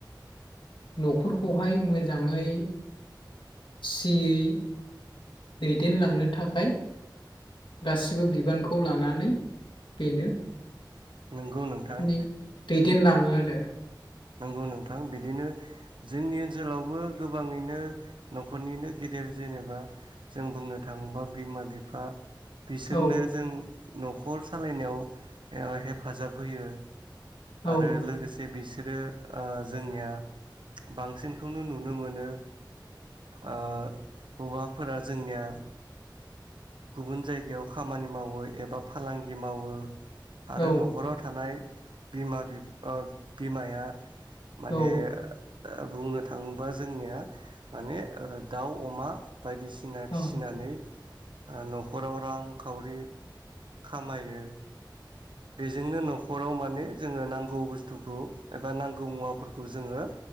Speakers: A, on the left; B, on the right.
A: न'खरखौहाय मोजाङै सियै दैदेनलांनो थाखाय गासिबो बिबानखौ खौ लानानै बेनो
B: नंगौ नोंथां
A: माने दैदेनलाङो आ ओ
B: नंगौ नोंथां बिदिनो जोंनि ओनसोलावबो गोबाङैनो न'खरनिनो गेदेर जेनेबा जों बुंनो थाङोबा बिमा बिफा बिसोरनो
A: औ
B: जों न'खर सालायनायाव ओ हेफाजाब होयो
A: औ
B: आरो लोगोसे बिस बिसोरो ओ जोंनिया बांसिनखौनो नुनो मोनो ओ हौवाफोरा जोंनिया गुबुन जायगायाव खामानि मावो एबा फालांगि मावो आरो
A: औ
B: न'खराव थानाय बिमा बि ओ बिमाया माने
A: औ
B: ओ बुंनो थाङोब्ला जोंनिया माने दाउ अमा बायदिसिना फिसिनानै
A: औ
B: ओ न'खराव रांखावरि खामायो बेजोंनो न'खराव माने जोङो नांगौ बुस्थुखौ एबा नांगौ मुवाफोरखौ जोङो